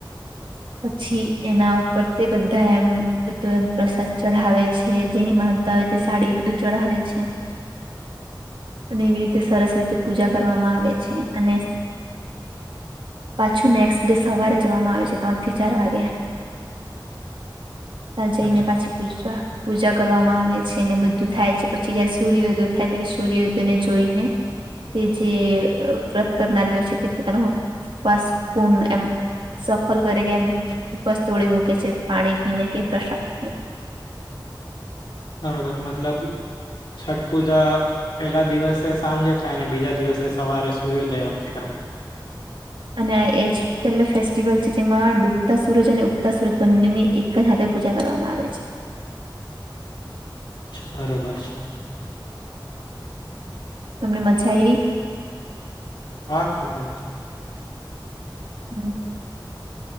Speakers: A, on the right (about 85°); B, on the left (about 80°).
A: પછી એના ઉપર તે બધા એમ બધું એમ પ્રસાદ ચઢાવે છે, જેની માનતા હોય સાડી એ બધું ચઢાવે છે. અને એવી રીતે સરસ રીતે પૂજા કરવામાં આવે છે, અને પાછું નેક્સ્ટ ડે સવારે જવામાં આવે છે. ત્રણ થી, ચાર વાગ્યા ત્યાં જઈને,
B: અચ્છા
A: પાછી પૂ પૂજા કરવામાં આવે આવે છેને, બધું થાય છે, પછી જયારે સૂર્યોદય થાય ત્યારે સૂર્યોદયને જોઈને તે જે વ્રત કરનારી હો છે, તે પોતાના બસ પૂણ એમ સ ફલ કરે કે એમ ઉપવાસ તોડી મૂકે છે, પાણી પીને કે પ્રસાદ ખાઈને
B: બરોબર, મતલબ છઠ પૂજા, પહેલા દિવસે સાંજે થાય, અને બીજા દિવસે સવારે સૂર્યોદય વાય
A: અને એજ, પેલો ફેસ્ટિવલ જેમાં ડૂબતા સૂરજ અને ઉગતા સૂરજ બંનેની એક જ હાથે, પૂજા કરવામાં આવે છે.
B: છે બરોબર છે.
A: તમને મજા આયવી
B: હા ખુબ જ
A: હહ